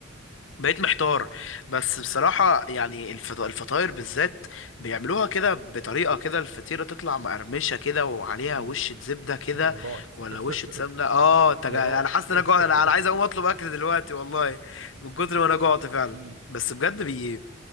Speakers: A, on the left; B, on the right.
A: بقيت محتار بس بصراحة يعني الفط- الفطاير بالذات بيعملوها كده بطريقة كده الفطيرة تطلع مقرمشة كده وعليها
B: امم
A: وشة
B: <laughs>
A: زبدة كده
B: احنا جعت
A: ولا
B: <laughs>
A: وشة سمنة اه انت
B: لا
A: جا-
B: جعت
A: انا حاسس
B: <laughs>
A: ان انا جوع انا أنا عايز اقوم اطلب اكل دلوقتي والله من كتر ما انا جوعت فعلا
B: امم
A: بس بجد بي...